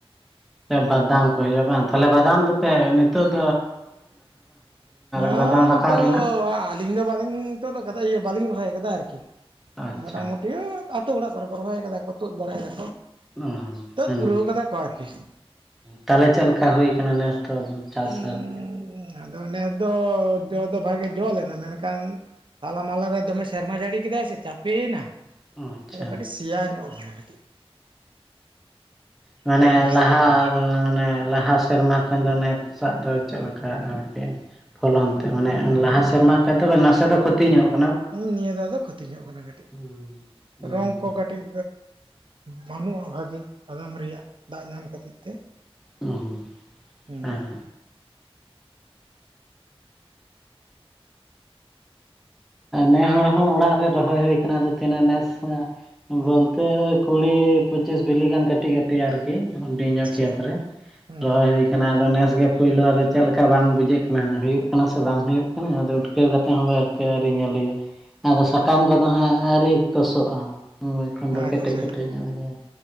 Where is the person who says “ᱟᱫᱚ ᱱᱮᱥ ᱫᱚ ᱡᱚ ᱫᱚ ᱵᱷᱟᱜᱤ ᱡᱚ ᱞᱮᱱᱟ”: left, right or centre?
Right